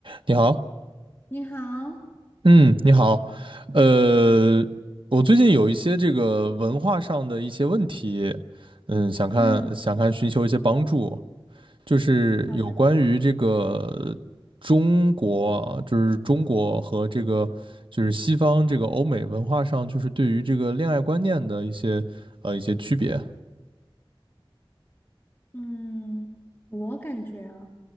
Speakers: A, on the right; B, on the left.
A: 你好，
B: 你好，
A: 嗯，你好，呃，我最近有一些这个文化上的一些问题，嗯，想看想看寻求一些帮助，
B: 嗯，
A: 就是有关于这个中国啊，
B: 好的，
A: 就是中国和这个就是西方这个欧美文化上，就是对于这个恋爱观念的一些呃一些区别，
B: 嗯，我感觉啊，